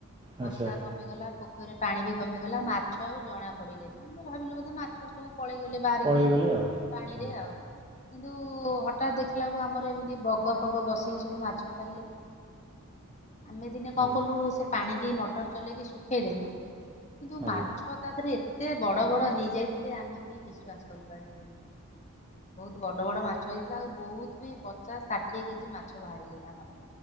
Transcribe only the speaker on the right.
ଆଚ୍ଛା
ପଳେଇଗଲେ ଆଉ।
ଆଜ୍ଞା।
ଆଜ୍ଞା
ଆଜ୍ଞା